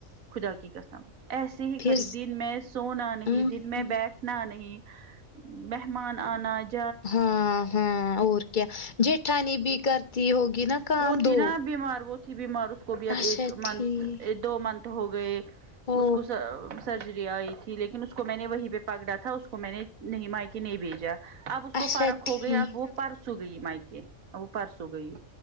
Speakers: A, on the right; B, on the left.
A: خدا کی قسم ایسے ہی
B: پھر
A: کھڑی دن میں سونا نہیں
B: ہوں
A: دن میں
B: ہوں
A: بیٹھنا نہیں مہمان آنا جا
B: ہاں ہاں اور کیا جٹھانی بھی کرتی ہوگی نا کام
A: وہ تھی
B: دو
A: نا بیمار وہ تھی بیمار اس کو بھی اب
B: اچھا
A: ایک منتھ
B: ٹھیک
A: ایک دو منتھ ہو گئے
B: او
A: اس کو س رجری آئی تھی لیکن اس کو میں نے وہیں پہ پکڑا تھا اس کو میں نے نہیں مائکہ نہیں بھیجا اب اس
B: اچھا
A: کو فرق
B: ٹھیک
A: ہو گیا اب وہ پرسوں گئی مائکہ وہ پرسوں گئی